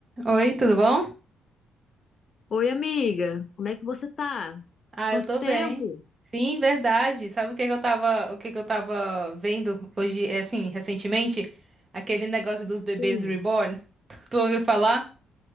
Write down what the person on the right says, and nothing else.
Oi, tudo bom?
Ah,
eu tô
bem. Sim, verdade. Sabe o que que eu tava, o que que eu tava vendo hoje, é, assim, recentemente? Aquele negócio dos bebês
reborn. <laughs> Tu, tu ouviu falar?